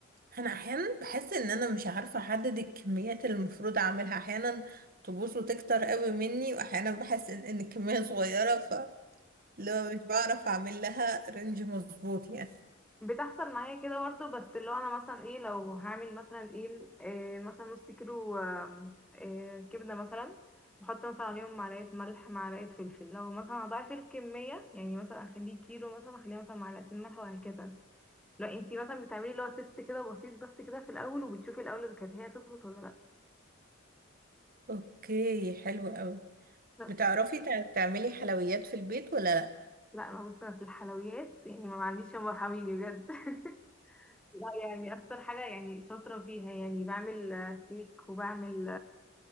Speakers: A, on the right (about 45°); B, in the centre.
A: انا احيانا بحس ان انا مش عارفة احدد الكميات اللي المفروض اعملها احيانا تبوظ وتكتر قوي مني واحيانا بحس ان إن الكمية صغيرة ف لو مش بعرف اعمل لها رينج مظبوط يعني
B: بتحصل معايا كده برضو بس اللي هو انا مثلا ايه لو هعمل مثلا ايه, إيه مثلا نص كيلو آم، إيه كبده مثلا بحط مثلا عليهم معلقه ملح معلقه فلفل لو مثلا هضاعف الكميه يعني مثلا اخليه كيلو مثلا اخليها مثلا معلقتين ملح وهكذا لو انتي مثلا بتعملي اللي هو تيست كده بسيط بس كده في الاول وبتشوفي الاول اذا كانت هي تظبط ولا لا
A: اوكي حلو قوي
B: بس
A: بتعرفي تع- تعملي حلويات في البيت ولا لا
B: لا انا بص أنا في الحلويات يعني ما عنديش يا حميدي بجد <laughs> لا يعني اكتر حاجه يعني شاطره فيها يعني بعمل آه، كيك وبعمل